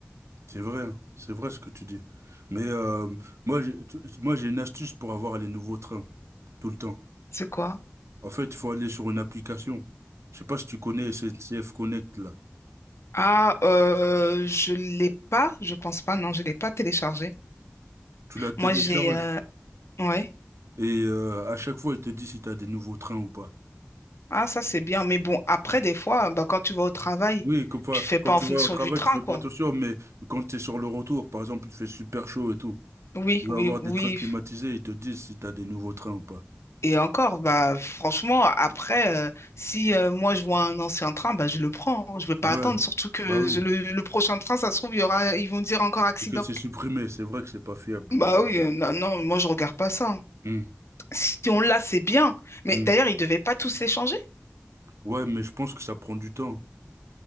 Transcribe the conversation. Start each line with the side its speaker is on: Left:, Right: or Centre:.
Right: C'est vrai, hein. c'est vrai ce que tu dis. Mais euh, moi, j'ai, tu- moi, j'ai une astuce pour avoir les nouveaux trains tout le temps.
Left: C'est quoi?
Right: En fait, il faut aller sur une application. Je sais pas si tu connais SNCF Connect là.
Left: Ah, euh, je l'ai pas, je pense pas, non, je l'ai pas téléchargé.
Right: Tu la télécharges
Left: Moi, j'ai, euh, ouais.
Right: et euh, à chaque fois, il te dit si tu as des nouveaux trains ou pas.
Left: Ah, ça c'est bien, mais bon, après des fois, bah quand tu vas au travail,
Right: Oui, comme ça,
Left: tu fais pas
Right: quand tu
Left: en fonction
Right: vas au travail,
Left: du train,
Right: tu fais
Left: quoi.
Right: pas attention, mais quand tu es sur le retour, par exemple, il fait super chaud et tout.
Left: Oui,
Right: Tu vas
Left: oui,
Right: avoir des
Left: oui.
Right: trains climatisés, ils te disent si tu as des nouveaux trains ou pas.
Left: Et encore, bah franchement, après, euh, si euh, moi je vois un ancien train, bah je le prends. hein. Je vais pas
Right: Ouais,
Left: attendre, surtout que
Right: bah oui.
Left: je- le, le prochain train, ça se trouve, il y aura, ils vont dire encore accident.
Right: Et que c'est supprimé, c'est vrai que c'est pas fiable.
Left: Bah
Right: Donc, euh,
Left: oui, euh, non, non, moi je regarde pas ça. hein.
Right: hum,
Left: Si on l'a, c'est bien. Mais
Right: hum.
Left: d'ailleurs, ils devaient pas tous s'échanger.
Right: Ouais, mais je pense que ça prend du temps.